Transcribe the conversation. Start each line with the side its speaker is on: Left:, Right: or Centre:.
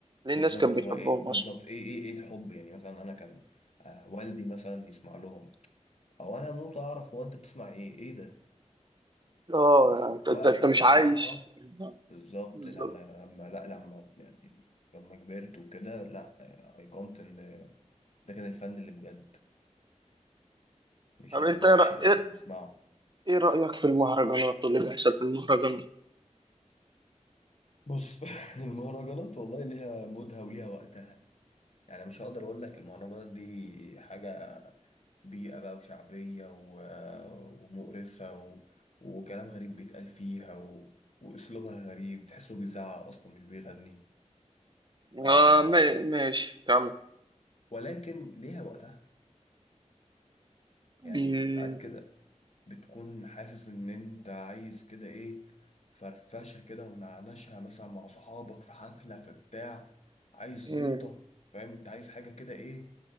Right: ليه الناس
Left: بالظبط
Right: كانت
Left: هو
Right: بتحبهم
Left: إيه بالظبط
Right: أصلا
Left: إيه إيه إيه الحب يعني مثلا أنا كان آه، والدي مثلا يسمع لهم أو أنا موت أعرف هو أنت بتسمع إيه إيه ده
Right: اه
Left: بس
Right: يعني أنت
Left: دلوقتي
Right: أنت أنت مش
Left: الصراحة
Right: عايش
Left: بالظبط
Right: بالظبط
Left: لما لما لا لما يعني لما كبرت وكده لا آه، أيقنت إن ده كان الفن اللي بجد مش
Right: طب
Left: الدبش
Right: أنت إيه رأ-
Left: اللي
Right: إيه-
Left: إحنا بنسمعه
Right: إيه رأيك في المهرجانات واللي بيحصل في المهرجانات؟
Left: بص <laughs> المهرجانات والله ليها مودها وليها وقتها يعني مش هقدر اقول لك المهرجانات دي حاجة بيئة بقى وشعبية و... ومقرفة و... وكلام غريب بيتقال فيها و... واسلوبها غريب تحسه بيزعق اصلا مش بيغني آه...
Right: آه ما- ماشي كمل
Left: ولكن ليها وقتها يعني
Right: مم.
Left: ساعات كده بتكون حاسس ان انت عايز كده ايه فرفشه كده ونعنشها مثلا مع صحابك في حفله في بتاع عايز زيطه
Right: مم.
Left: فاهم انت عايز حاجه كده ايه